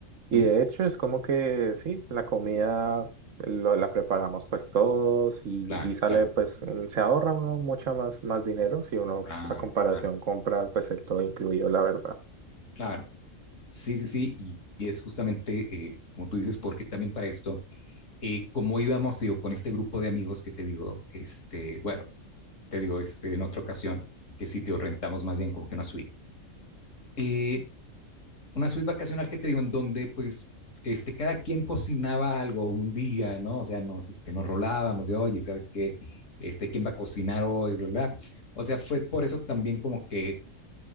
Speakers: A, on the left; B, on the right.
A: ¿Mm?
B: Y de hecho es como que sí, la comida lo- la preparamos pues todos y,
A: Claro,
B: y sale
A: claro,
B: pues mm, se ahorra uno mucho más, más dinero si uno
A: claro,
B: a comparación
A: claro,
B: compra pues el todo incluido, la verdad.
A: claro. Sí, sí, sí, y y es justamente, eh, como tú dices, porque también para esto, eh, como íbamos, te digo, con este grupo de amigos que te digo, este, bueno, te digo, este, en otra ocasión, que sí, te digo, rentamos más bien como que una suite. Eh, una suite vacacional que te digo, en donde, pues, este, cada quien cocinaba algo un día, ¿no? O sea, nos, este, nos rolábamos de, oye, ¿sabes qué? Este, ¿quién va a cocinar hoy? Bla, bla. O sea, fue por eso también como que